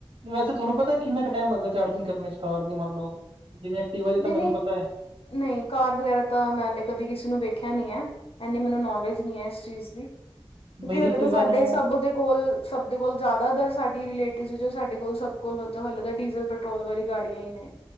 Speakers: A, on the right; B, on the left.
A: ਵੈਸੇ ਤੁਹਾਨੂੰ ਪਤਾ ਕਿੰਨਾ ਕੁ ਟਾਈਮ ਲੱਗਦਾ ਚਾਰਜਿੰਗ ਕਰਨ ਚ ਕਾਰ ਦੀ ਮੰਨ ਲਓ, ਜਿਵੇਂ ਐਕਟਿਵਾ ਦੀ
B: ਨਹੀਂ
A: ਤਾਂ ਮੈਨੂੰ
B: ਨਹੀਂ
A: ਪਤਾ ।
B: ਨਹੀਂ ਕਾਰ ਵਗੈਰਾ ਤਾਂ ਮੈੇ ਤੇ ਕਦੇ ਕਿਸੇ ਨੂੰ ਵੇਖਿਆ ਨਹੀਂ ਏ। ਏਨੀ ਮੈਨੂੰ ਨੌਲੇਜ ਨੀ ਏ ਇਸ ਚੀਜ਼ ਦੀ, ਕਿਉਂਕਿ
A: ਮੇਰੀ
B: ਹਲੇ
A: ਐਕਟੀਵਾ
B: ਤਾਂ ਸਾਡੇ
A: ਨੂੰ
B: ਸਭਦੇ ਕੋਲ ਸਭ ਦੇ ਕੋਲ ਜ਼ਿਆਦਾ ਦਰ ਸਾਡੀ ਰਿਲੇਟਿਵ ਜੋ ਸਾਡੇ ਕੋਲ ਸਭ ਕੋਲ ਮਤਲਬ ਹਲੇੇ ਤਾਂ ਡੀਜ਼ਲ ਪੈਟਰੋਲ ਵਾਲੀ ਗਾੜੀਆਂ ਈ ਨੇਂ।